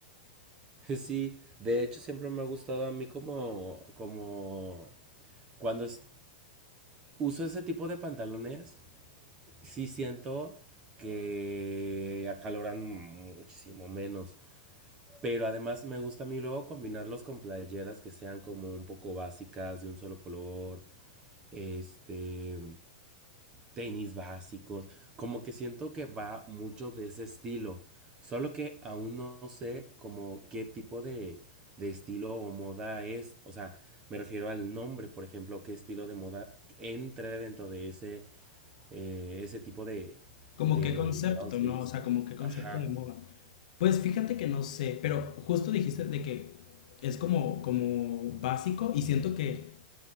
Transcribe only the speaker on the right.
<laughs> Sí, de hecho siempre me ha gustado a mí como, como cuando es- uso ese tipo de pantalones, sí siento que acaloran muchísimo menos. Pero además me gusta a mí luego combinarlos con playeras que sean como un poco básicas, de un solo color, este, tenis básicos. Como que siento que va mucho de ese estilo. Solo que aún no sé como qué tipo de, de estilo o moda es. O sea, me refiero al nombre, por ejemplo, qué estilo de moda entre dentro de ese eh, ese tipo de,
de
outfits.
Ajá.